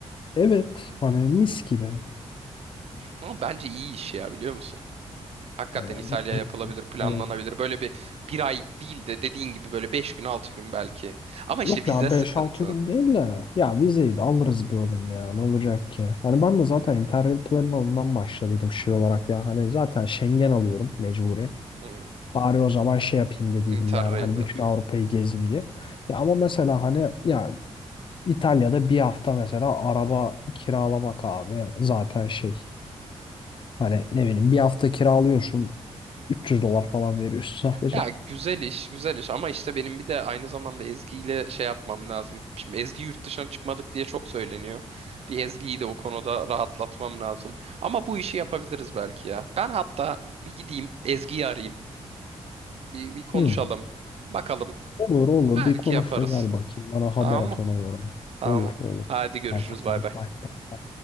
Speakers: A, on the left (about 45°); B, on the right (about 60°).
A: Evet. Hani mis gibi.
B: Ama bence iyi iş ya biliyor musun? Hakikaten
A: Hani
B: İtalya
A: bence-
B: yapılabilir, planlanabilir.
A: evet.
B: Böyle bir bir ay değil de dediğin gibi böyle beş gün, altı gün belki. Ama işte
A: Yok
B: vize
A: ya
B: sıkıntı.
A: beş altı gün değil de ya vizeyi de alırız bir oğlum ya ne olacak ki? Hani ben de zaten Interrail planına ondan başladıydım şey olarak ya hani zaten Schengen alıyorum mecburi.
B: Hmm,
A: Bari o zaman şey yapayım dediydim
B: Interrail
A: yani hani bütün
B: yapayım.
A: Avrupa'yı gezeyim diye. Ya ama mesela hani ya İtalya'da bir hafta mesela araba kiralamak abi zaten şey hani ne bileyim bir hafta kiralıyorsun 300 dolar falan veriyorsun sadece.
B: Ya güzel iş, güzel iş ama işte benim bir de aynı zamanda Ezgi ile şey yapmam lazım. Şimdi Ezgi yurt dışına çıkmadık diye çok söyleniyor. Bir Ezgi'yi de o konuda rahatlatmam lazım. Ama bu işi yapabiliriz belki ya. Ben hatta bir gideyim Ezgi'yi arayayım. Bir, bir konuşalım.
A: <laughs> Hmm.
B: Bakalım.
A: Olur olur
B: Belki
A: bir konuş
B: yaparız.
A: da gel bakayım. Bana
B: Tamam
A: haber et
B: mı?
A: ona göre.
B: Tamam.
A: Olur olur.
B: Hadi görüşürüz.
A: Hadi
B: Bay
A: bay
B: bay.
A: bay bay.